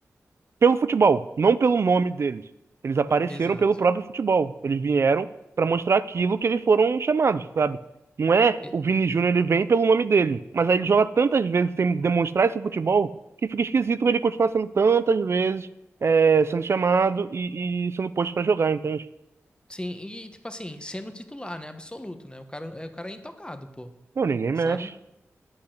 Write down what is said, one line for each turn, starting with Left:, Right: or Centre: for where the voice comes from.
Right: pelo futebol, não pelo nome deles. Eles apareceram
Left: Exato.
Right: pelo próprio futebol. Eles vieram para mostrar aquilo que eles foram chamados, sabe? Não é
Left: E-
Right: o Vini Júnior, ele vem pelo nome dele. Mas aí ele joga tantas vezes sem demonstrar esse futebol que fica esquisito ele continuar sendo tantas vezes é, sendo chamado e, e sendo posto para jogar. Então,
Left: Sim, e tipo assim, sendo titular, né? Absoluto, né? O cara, é, o cara é intocado, pô.
Right: não, ninguém mexe.
Left: Sabe?